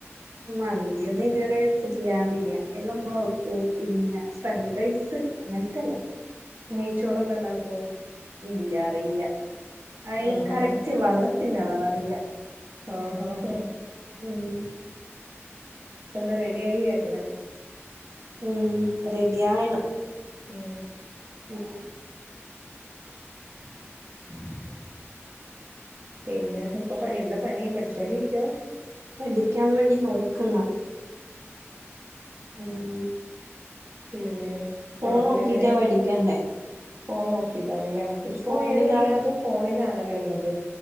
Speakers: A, on the right (about 85°); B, on the right (about 45°).
A: മന്തി ഒന്നും ഇതുവരെ വെച്ചട്ടില്ല ബിരിയാണി എല്ലാം ഉമ്മവെക്കും പിന്നെ ഫ്രൈഡ് റൈസ് അങ്ങനതല്ല
B: നെയ്ച്ചോറൊക്കെ ഇണ്ടാക്കോ
A: ഇല്ല അറിയില്ല അയി
B: ആഹാ
A: കറക്റ്റ് വെള്ളത്തിന്റെ അളവറിയില്ല
B: ആ -ഹാ -ഹാ-
A: ഉമ്
B: ഒന്ന് റെഡിയായി വരണം
A: ഉമ് റെഡിയയാണം
B: ഉം
A: ഉം
B: <unintelligible> പിന്നെ ഇപ്പൊ എന്താ പണി പഠിച്ചോണ്ടിരികാ
A: പഠിക്കാൻ വേണ്ടി നോക്ക്ന്ന് ഉം
B: പിന്നെ
A: ഫോൺ
B: ക്ലാസ്സിലെങ്ങനെ
A: നോക്കിട്ടാ പഠിക്കണ്ടേ
B: ഫോണ് നോക്കിട്ടണല്ലേ ഇപ്പ
A: ഫോണിലാണ്
B: ഏതെല്ലതു ഫോണിലാണല്ലേ ഇള്ളത്